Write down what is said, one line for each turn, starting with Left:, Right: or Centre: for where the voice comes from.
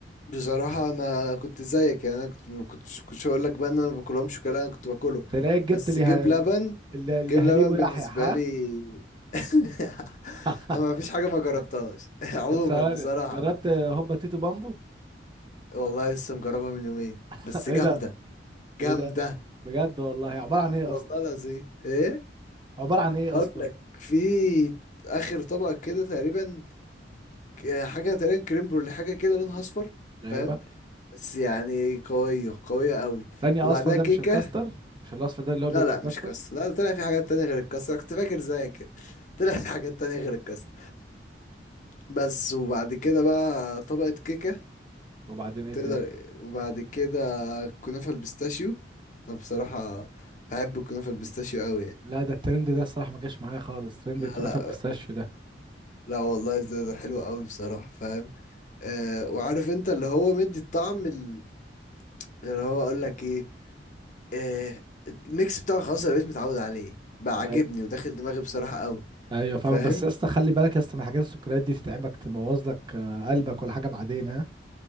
Left: بصراحة أنا كنت زيك يعني أنا كنت ما كنتش كنتش هقول لك بقى إن أنا ما باكلهمش كده أنا كنت باكله
Right: تلاقيك جبت
Left: بس
Right: ليه...
Left: جيب لبن
Right: اللي اللي
Left: جيب
Right: هليبو
Left: لبن
Right: يحيى
Left: بالنسبة
Right: ها
Left: لي <laughs>
Right: <laughs>
Left: أنا ما فيش حاجة ما جربتهاش <laughs> عموما
Right: طب ثواني
Left: بصراحة
Right: جربت هوبا تيتو بامبو
Left: والله لسه مجربها من يومين
Right: <laughs>
Left: بس
Right: ايه
Left: جامدة
Right: ده
Left: جامدة
Right: ايه ده بجد والله عبارة عن ايه
Left: والله
Right: اصلا
Left: العظيم إيه
Right: عبارة عن ايه
Left: هقول
Right: اصلا
Left: لك في آخر طبقة كده تقريبا ك- حاجة تقريبا كريم برولي حاجة كده لونها أصفر
Right: ايوه
Left: فاهم بس يعني قوية قوية قوي
Right: ثانية
Left: وبعدها
Right: اصفر ده
Left: كيكة
Right: مش الكاستر مش الاصفر ده اللي هو بيبقى
Left: لا لا
Right: الكاستر
Left: مش كاستر لا طلع في حاجات تانية غير الكاستر أنا كنت فاكر زيك كده طلع في حاجات تانية غير الكاستر بس وبعد كده بقى طبقة كيكة
Right: وبعدين ايه
Left: تقدر
Right: تاني
Left: وبعد كده كنافة البيستاشيو أنا بصراحة بحب الكنافة البيستاشيو أوي يعني
Right: لا ده الترند ده الصراحة ما جاش معايا خالص ترند
Left: لا
Right: الكنافة
Left: لا
Right: بالبيستاشيو ده
Left: لا والله ده ده حلو أوي بصراحة فاهم آه وعارف أنت اللي هو مدي الطعم ال- اللي هو أقول لك إيه آه الميكس بتاعه خلاص انا بقيت متعود عليه بقى عاجبني
Right: أي-
Left: وداخل دماغي بصراحة قوي
Right: ايوه فاهمك
Left: فاهم
Right: بس يا اسطى خلي بالك يا اسطى من حاجات السكريات دي تتعبك تبوظ لك آه، قلبك ولا حاجة بعدين ها